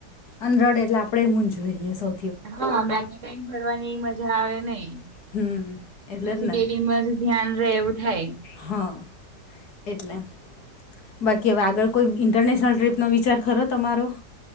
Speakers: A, on the left; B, on the right.
A: અંધડ એટલે આપણેે મૂ જોઈએ સૌ
B: હા બાકી કઈક ભરવાની એ મજા આવે નઈ.
A: હમ એટલે
B: પછી
A: જ ને
B: બેલી મ જ ધ્યાન ર એવું થાય.
A: હા એટલે. બાકી હવે આગળ કોઈ ઇન્ટરનેશનલ ટ્રીપનો વિચાર ખરો તમારો.